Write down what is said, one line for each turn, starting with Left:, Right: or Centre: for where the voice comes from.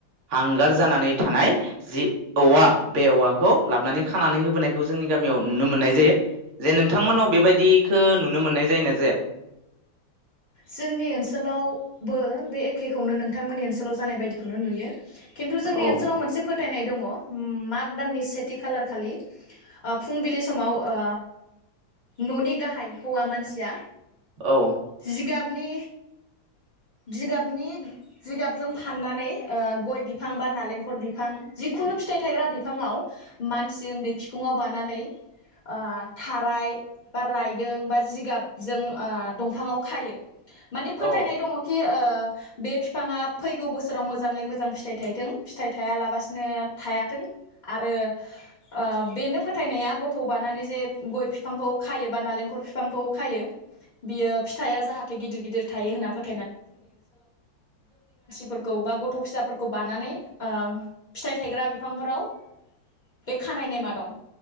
Right: हांगार जानानै थानाय जि औवा बे औवाखौ लाबोनानै खानानै होबोनायखौ जोंनि गामियाव नुनो मोननाय जायो जे नोंथांमोनाव बेबायदिखो नुनो मोननाय जायोना?
Left: जोंनि ओनसोलावबो बे एखेखौनो नोंथांमोननि ओनसोलाव जानाय बायदिखौनो नुयो। खिन्थु जोंनि
Right: औ
Left: ओनसोलाव मोनसे फोथायनाय दङ मा माग दाननि सेथि खालार खालि फुंबिलि समाव ओ न'नि गाहाइ हौवा मानसिया
Right: औ
Left: जिगाबनि जिगाबनि जिगाबजों फाननानै ओ गय बि बिफां बा नालेंखर बिफां जिखुनु फिथाइ थायग्रा बिफाङाव मानसि उन्दै बिखुङाव बानानै ओ थाराय बा रायदों बा जिगाबजों ओ दंफाङाव खायो। माने
Right: औ
Left: फोथायनाय दङ बे ओ बिफाङा फैगौ बोसोर सोराव मोजाङै मोजां फिथाइ फिथाइ थायथों फिथाइ थायालाबासिनो थायाथों आरो ओ बेनो फोथायनाया गथ' बानानै जे गय बिफांखौ खायो बा नालेंखर बिफांखौ खायो बियो फिथाइया जाहाथे गिदिर गिदिर थायो होनना फोथा फोरखौ बा गथ' फिसाफोरखौ बानानै फिथाइ थायग्रा बिफांफोराव बे खानाय नेमा दं‌।